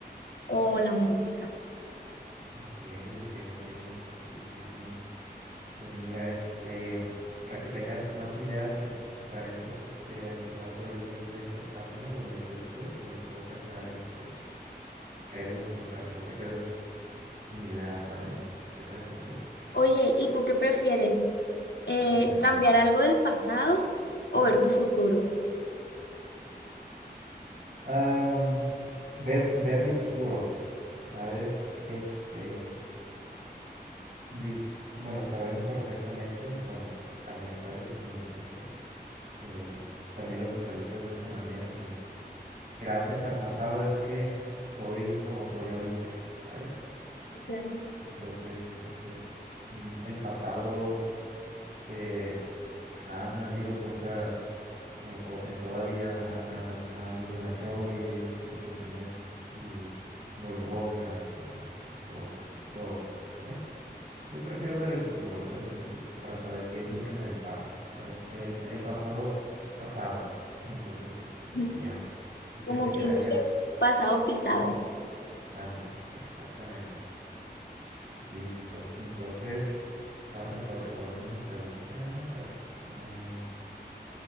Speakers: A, on the left (about 80°); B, on the right (about 60°).
A: o la música.
B: Ok, ok, ok. Sí, sí, sí. Pues mira, este, para que tengas más ideas, que te parece, te, te, te paso el link de esta página donde yo estoy, donde puedo sacar este preguntas para que no te quedes sin ideas, ¿vale? Ya te lo pasé.
A: Oye, ¿y tú qué prefieres? Eh,
B: Dime, dime.
A: ¿cambiar algo del pasado o ver tu futuro?
B: Am, ver, ver mi futuro, ¿sabes? Este, dis- bueno, sabemos perfectamente, bueno, también sabes, me imagino que, que también lo visualizas de esta manera, que gracias al pasado es que soy como soy ahorita, ¿sabes?
A: Sí, Claro.
B: Entonces, este, mm, el pasado Eh, han habido cosas como to- en toda vida, ha, ha- ha habido errores, situaciones mm, dolorosas y, y todo, y todo, ¿vale? Yo prefiero ver el futuro, ¿sabes? Eh, Para saber qué es lo que me depara, ¿sabes? El, el pasado es pasado, <laughs> entonces como
A: <laughs>
B: que ya, el
A: Como
B: que se queda
A: quien
B: allá,
A: dice, pasado pisado.
B: ándale, exactamente. Listo. Entonces, ahora me toca, te voy a hacer una pregunta, a ver. eh,